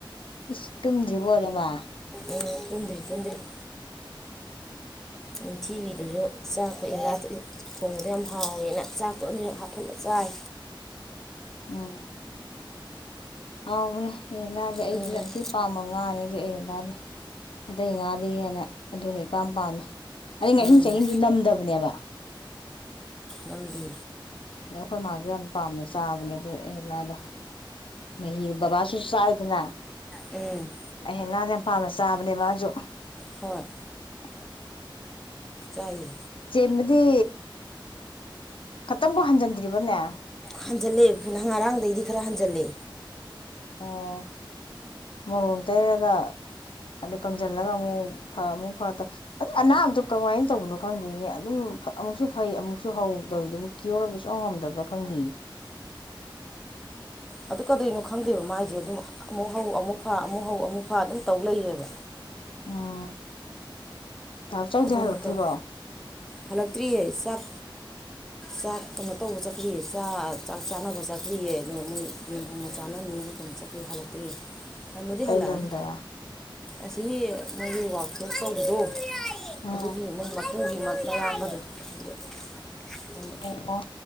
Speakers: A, on the left; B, in the centre.
A: ꯏꯁ ꯇꯨꯝꯗ꯭ꯔꯤꯕꯣꯏꯔꯦ ꯃꯥ
B: ꯎ ꯇꯨꯝꯗ꯭ꯔꯤ ꯇꯨꯝꯗꯔꯤ ꯅꯤꯡꯊꯤꯕꯤꯗꯨꯁꯨ ꯆꯥꯛꯇꯣ ꯍꯩꯂꯥ ꯊꯣꯡꯕꯗꯣ ꯌꯥꯝ ꯍꯥꯎꯋꯦꯅ ꯆꯥꯛꯇꯣ ꯑꯅꯤꯔꯛ ꯍꯥꯞꯐꯠꯂ ꯆꯥꯏ
A: ꯎꯝ ꯍꯥꯎꯕꯅꯦ ꯑꯦꯂꯗꯤ ꯑꯩꯁꯨ
B: ꯎꯝ
A: ꯌꯥꯝ ꯊꯤ ꯄꯥꯝꯕ ꯉꯥꯅꯤ ꯍꯩꯂꯥꯗꯤ ꯑꯇꯩ ꯉꯥꯗꯩ ꯍꯦꯟꯅ ꯑꯗꯨꯅ ꯏꯄꯥꯝ ꯄꯥꯝꯃꯦ ꯑꯗꯩ ꯉꯍꯤꯡ
B: ꯎꯝ
A: ꯆꯍꯤꯡꯁꯨ ꯅꯝꯗꯕꯅꯦꯕ
B: ꯅꯝꯗꯦ
A: ꯑꯗꯩ ꯑꯩꯈꯣꯏ ꯃꯥꯁꯨ ꯌꯥꯝ ꯄꯥꯝꯅ ꯆꯥꯕꯅꯦ ꯑꯗꯨ ꯑꯍꯦꯂꯥꯗꯣ ꯃꯍꯤꯗ ꯕꯕꯥꯁꯨ ꯆꯥꯏꯗꯅ
B: ꯎꯝ
A: ꯑꯍꯦꯂꯥꯗ ꯄꯥꯝꯅ ꯆꯥꯕꯅꯦ ꯃꯥꯁꯨ
B: ꯍꯣꯏ
A: <inaudible>
B: ꯆꯥꯏꯌꯦ
A: ꯇꯕꯗꯤ ꯈꯇꯪꯕꯨ ꯍꯟꯖꯤꯟꯗ꯭ꯔꯤꯕꯅꯦ
B: ꯍꯟꯖꯜꯂꯦꯅ ꯉꯔꯥꯡꯗꯒꯤꯗꯤ ꯈꯔ ꯍꯟꯖꯜꯂꯦ
A: ꯑꯥ ꯃꯣꯂꯣꯝ ꯇꯩꯔꯒ ꯑꯗ ꯀꯟꯖꯟꯂꯒ ꯑꯃꯨ ꯍꯪ ꯐꯥ ꯑꯃꯨꯛ ꯐꯥꯗ ꯑꯗꯨꯝ ꯑꯅꯥꯕꯗꯣ ꯀꯃꯥꯏꯅ ꯇꯧꯕꯅꯣ ꯈꯪꯗꯦꯅꯦ ꯑꯗꯨꯝ ꯑꯃꯨꯛꯁꯨ ꯐꯩ ꯑꯃꯨꯛꯁꯨ ꯍꯧ ꯗꯨꯕꯨ ꯀ꯭ꯌꯣꯔ ꯑꯣꯏꯕꯁꯨ ꯉꯝꯗꯕ꯭ꯔꯥ ꯈꯪꯗꯦ
B: ꯑꯗꯨ ꯀꯗꯣꯏꯅꯣ ꯈꯪꯗꯦꯕ ꯃꯥꯏꯁꯦ ꯑꯗꯨꯝ ꯑꯃꯨꯛ ꯍꯧ ꯑꯃꯨꯛ ꯐꯥ ꯑꯃꯨꯛ ꯍꯧ ꯑꯃꯨꯛ ꯐꯥ ꯑꯗꯨꯝ ꯇꯧ ꯂꯩꯔꯦꯕ
A: ꯎꯝ ꯇꯥꯝꯆꯧꯗꯤ
B: ꯑꯗꯨꯅ
A: ꯍꯜꯂꯛꯇ꯭ꯔꯤꯕꯣ
B: ꯇꯧ ꯍꯜꯂꯛꯇ꯭ꯔꯤꯌꯦ ꯆꯥꯛ ꯆꯥꯛ ꯀꯩꯅꯣ ꯇꯧꯕ ꯆꯠꯈ꯭ꯔꯤꯌꯦ ꯆ ꯆꯥꯛ ꯆꯥꯅꯕ ꯆꯠꯈ꯭ꯔꯤꯌꯦ ꯑꯗꯣ ꯃꯣꯏ ꯌꯦꯟ ꯊꯣꯡꯕ ꯆꯥꯅꯅꯤꯅ ꯀꯩꯅꯣ ꯆ ꯍꯂꯛꯇꯔꯤ ꯍꯟꯕꯨꯗꯤ
A: ꯀꯩ
B: ꯍꯥꯂꯛ
A: ꯂꯝꯗ
B: ꯑꯅꯤ ꯑꯁꯤ ꯃꯣꯏꯒꯤ ꯋꯥꯛꯁꯣꯞ ꯇꯧꯕꯗꯣ
A: ꯎꯝ
B: ꯑꯗꯨꯒꯤ ꯃꯣꯏ ꯃꯄꯨꯒꯤ ꯃꯛ ꯃꯌꯥꯝꯕꯗꯨ ꯑꯗꯨꯗ ꯃꯣꯏꯅ
A: ꯑꯣ